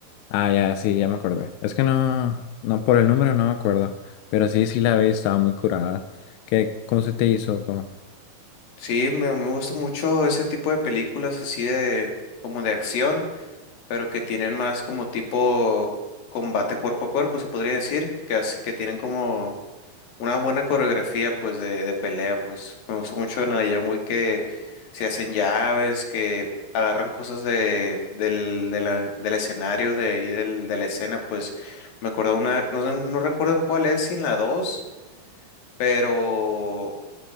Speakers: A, on the left; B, on the left.
A: Ah, ya, sí, ya me acordé. Es que no, no, por el número no me acuerdo, pero sí, sí la vi, estaba muy curada. ¿Qué, cómo se te hizo? ¿Cómo?
B: sí, me, me gusta mucho ese tipo de películas así de como de acción, pero que tienen más como tipo combate cuerpo a cuerpo, se podría decir, que, as- que tienen como Una buena coreografía, pues, de, de pelea, pues, me gustó mucho en el John Wick que se hacen llaves, que agarran cosas de, del, de la- del escenario, de ahí, del, de la escena, pues, me acuerdo una, no sé, no recuerdo en cuál es, si en la dos pero